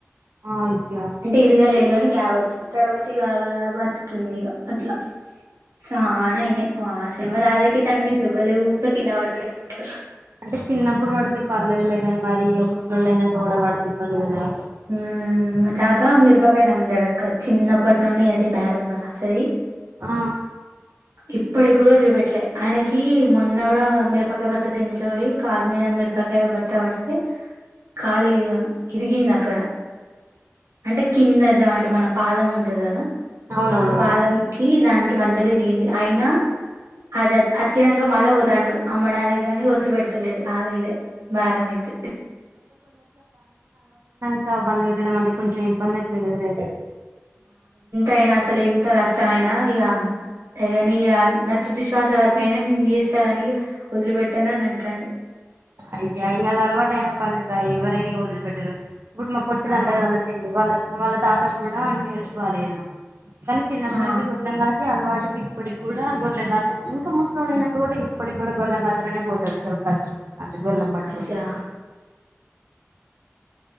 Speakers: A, on the right; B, on the right.
A: అయ్యో
B: అంటే ఇదిగా లేదుగాని గ్యాప్ వచ్చింది తర్వాత్ బతిగాగా బతికిందిదిగ అట్లా చానయినా వాసలుమా దాదాకి అన్ని దెబ్బలే ఉకే కింద పడుతున్నాంటారు
A: అే చిన్నప్పుడు పడితే పర్లేదులేగాని మరి ఇగ ముసలోళ్ళు అయినాక కూడా పడితే ఇబ్బంది కదా
B: ఉ మా తాత మిరపకాయలు అమ్ముతాడక్క చిన్నప్పటి నుండి అది బేరమ్ మా తాతది
A: ఆ
B: ఇప్పట్గూడ వదిలి బెట్ ట్ల ఆయనకి మొన్న కూడా మీరపకాయ బస్త దించబోయి కాలికి మ మిరపకాయ భత్త పడితే కాలి ఇరిగింది అక్కడ అంటే కింద జాయింట్ మన పాదం ఉంటది కదా
A: అవునవును
B: ఆ పాదం కి దానికి మద్యలో ఇరిగింది అయినా అది అతికినాక మళ్ళా పోతాండు అమ్మడానికి కాని వదిలి పెడతలేడు అమీదే భారమైత్
A: ఇంట్లోబందెట్టడం అంటే కొంచెం ఇబ్బంది అవుతుంది కదా రే
B: అయినా అసలు ఎంత కష్టమయినా ఇగ నియా నచ్చుదిశ్వాస వరకయినా నేను చేస్తాగాని వదిలిపెట్టను అని అంటండు
A: అయ్యా ఇంకది అలవాటైనా పనిరా ఎవరైనా ఇగ వదిలి పెట్టరు ఇప్పుడు మా పొట్టిది
B: ఆ
A: అంటది మా చెల్లి వాళ్ళ వాళ్ళ తాతకు కూడా అంటే హెల్త్ బాలేదు కానీ చిన్నపట్నుంచి
B: ఆ
A: గొర్లని కాసి అలవాటు ఇప్పటికి కూడా గొర్లని కాస్త ఇంకా ముసలోడనాక కూడా ఇప్పటికి కూడా గొర్లని కాస్త అనే పోతాడు చెరువుక్కడికి అంటే గొర్లని పట్టుకొని
B: అయ్యా